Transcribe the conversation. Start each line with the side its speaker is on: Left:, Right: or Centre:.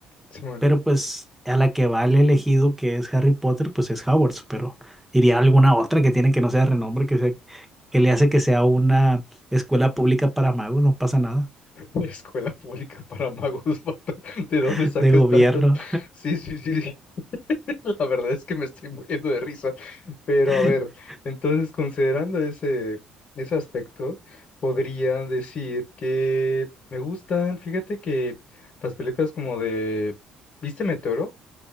Left: Simón,
Centre: pero pues a la que va el elegido, que es Harry Potter, pues es Hogwarts, pero iría a alguna otra que tiene que no sea de renombre, que sea, que le hace que sea una escuela pública para magos, no pasa nada,
Left: <laughs> escuela pública para magos, <laughs> vato, ¿de dónde
Centre: <laughs>
Left: sacas
Centre: de gobierno.
Left: tantas? Sí, sí, sí, <laughs> La verdad es que me estoy muriendo de risa, pero
Centre: <laughs>
Left: a ver, entonces considerando ese, ese aspecto, podría decir que me gustan, fíjate que las películas como de, ¿viste Meteoro?